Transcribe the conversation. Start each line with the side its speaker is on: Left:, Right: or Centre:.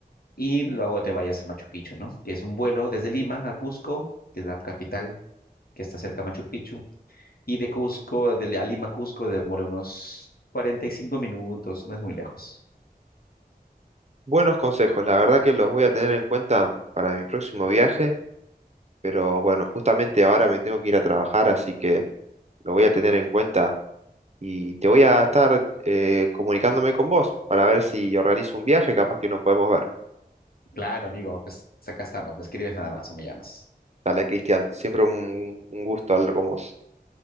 Left: y luego te vayas a Machu Picchu, ¿no? Tienes un vuelo desde Lima a Cusco, que es la capital que está cerca de Machu Picchu, y de Cusco, de, a Lima, Cusco, demora unos 45 minutos, no es muy lejos.
Right: Buenos consejos, la verdad que los voy a tener en cuenta para mi próximo viaje, pero bueno, justamente ahora me tengo que ir a trabajar, así que lo voy a tener en cuenta y te voy a estar eh, comunicándome con vos para ver si organizo un viaje, capaz que nos podemos ver.
Left: Claro, amigo, pues, acá estamos, me escribes nada más o me llamas.
Right: Dale, Cristian, siempre un, un gusto hablar con vos.